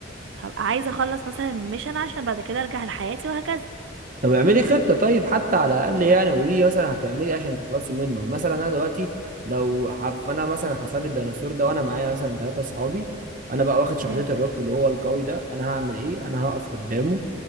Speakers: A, on the right (about 65°); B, on the right (about 40°).
A: هبقى عايزه اخلص مثلا الميشن عشان بعد كده ارجع لحياتي وهكذا
B: طب اعملي خطه طيب حتى على الاقل يعني قولي لي مثلا هتعملي ايه عشان تخلصي منه مثلا انا دلوقتي لو حب انا مثلا حصل لي الديناصور ده وانا معايا مثلا ثلاثه اصحابي انا بقى واخد شخصيه
A: مم.
B: الروك اللي هو القوي ده انا هعمل ايه انا هقف قدامه